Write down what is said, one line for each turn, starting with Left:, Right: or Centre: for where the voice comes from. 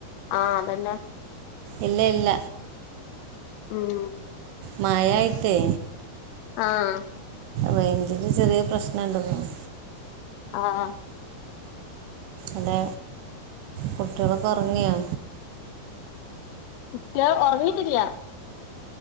Left: ആഹ് അതന്നെ
Right: ഇല്ല ഇല്ല
Left: ഉം
Right: മഴായിട്ടെ
Left: ആഹ്
Right: റെയിഞ്ചിന്റെ ചെറിയ പ്രശ്നണ്ട് ഇന്ന്
Left: ആഹ്
Right: എടെ കുട്ടികളൊക്കെ ഉറങ്ങിയോ
Left: കുട്ടിയാൾ ഉറങ്ങിട്ടില്ല